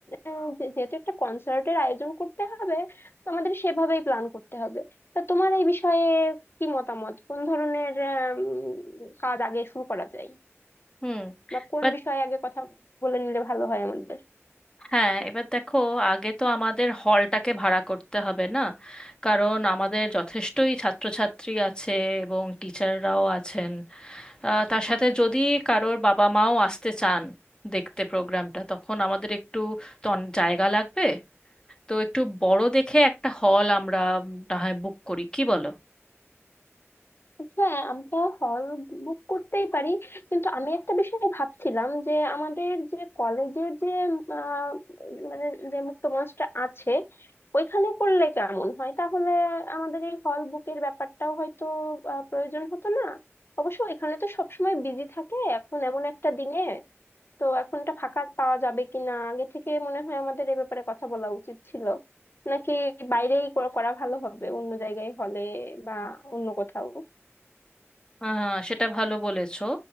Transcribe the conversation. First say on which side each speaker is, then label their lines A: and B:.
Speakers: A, on the left; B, on the left.
A: আহ, যে- যেহেতু একটা কনসার্টের আয়োজন করতে হবে তো আমাদের সেভাবেই প্ল্যান করতে হবে তা তোমার এই বিষয়ে কি মতামত কোন ধরনের আহ, উম, কাজ আগে শুরু করা যায়
B: হুম
A: বা কোন
B: এবার
A: বিষয়ে আগে কথা বলে নিলে ভালো হয় আমাদের
B: হ্যাঁ এবার দেখো আগে তো আমাদের হলটাকে ভাড়া করতে হবে না কারণ আমাদের যথেষ্টই ছাত্রছাত্রী আছে এবং টিচাররাও আছেন আহ, তার সাথে যদি কারোর বাবা মাও আসতে চান দেখতে প্রোগ্রামটা তখন আমাদের একটু তো অনেক জায়গা লাগবে তো একটু বড় দেখে একটা হল আমরা উম, না হয় বুক করি কি বলো
A: হ্যাঁ আমরা হল বুক করতেই পারি কিন্তু আমি একটা বিষয় ভাবছিলাম যে আমাদের যে কলেজের যে আহ, মানে যে মুক্ত মঞ্চটা আছে ওইখানে করলে কেমন হয় তাহলে আমাদের এই হল বুকের ব্যাপারটাও হয়তো আহ, প্রয়োজন হতো না অবশ্য এখানে তো সবসময় বিজি থাকে এখন এমন একটা দিনে তো এখন এটা ফাঁকা পাওয়া যাবে কিনা আগে থেকে মনে হয় আমাদের এ ব্যাপারে কথা বলা উচিত ছিল নাকি বাইরেই করা করা ভালো হবে অন্য জায়গায় হলে বা অন্য কোথাও
B: আহ, সেটা ভালো বলেছো